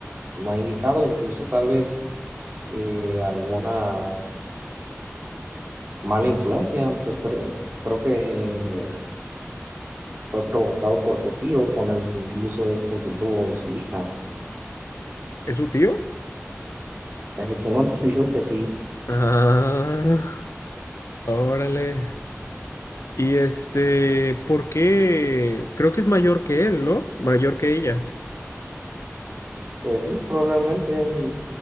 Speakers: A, on the right; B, on the left.
A: no indicado, incluso tal vez eh, alguna mala influencia, pues creo, creo que fue provocado por su tío, con el que incluso es con quien tuvo su hija.
B: ¿Es su tío?
A: Eh, tengo <laughs> entendido que sí,
B: Ah, órale. Y este, ¿por qué? Creo que es mayor que él, ¿no? Mayor que ella.
A: pues sí, probablemente